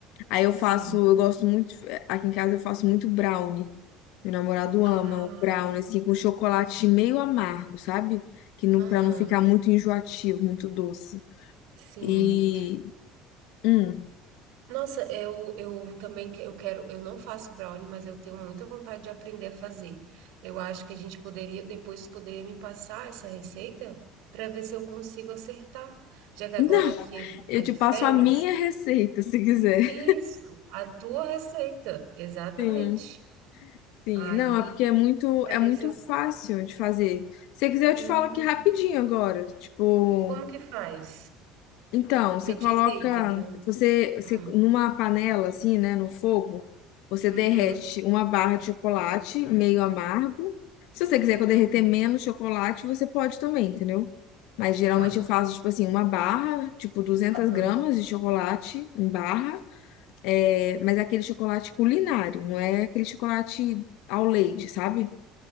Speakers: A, on the left; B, on the right.
A: Aí eu
B: sim.
A: faço, eu gosto muito, eh, aqui em casa eu faço muito brownie. Meu namorado
B: Ah,
A: ama o brownie, assim, com chocolate meio amargo, sabe? Que não,
B: aham,
A: pra não ficar muito enjoativo, muito doce.
B: sim.
A: E. Hum,
B: Nossa, eu, eu também que- eu quero, eu não faço brownie, mas eu tenho muita vontade de aprender a fazer. Eu acho que a gente poderia, depois tu poderia me passar essa receita para ver se eu consigo acertar, já
A: <laughs>
B: que agora
A: não,
B: aqui a gente está
A: eu
B: de
A: te passo
B: férias.
A: a minha receita, se quiser.
B: Isso, a tua receita, exatamente.
A: Sim. Sim,
B: Aí,
A: não, é porque é muito,
B: para
A: é
B: ver
A: muito
B: se eu.
A: fácil de fazer. Se você quiser, eu
B: Uhum.
A: te falo aqui rapidinho agora. Tipo,
B: Como que faz?
A: então, você
B: Me
A: coloca,
B: diz aí que eu tô.
A: você, você
B: Hum,
A: numa panela assim, né, no fogo, você derrete
B: Uhum.
A: uma barra de chocolate meio amargo. Se você quiser que eu derreter
B: Uhum.
A: menos chocolate, você pode também, entendeu? Mas geralmente
B: Tá.
A: eu faço, tipo assim, uma barra, tipo duzentas
B: Aham.
A: gramas de chocolate em barra, é, mas é aquele chocolate culinário, não é aquele chocolate ao leite, sabe?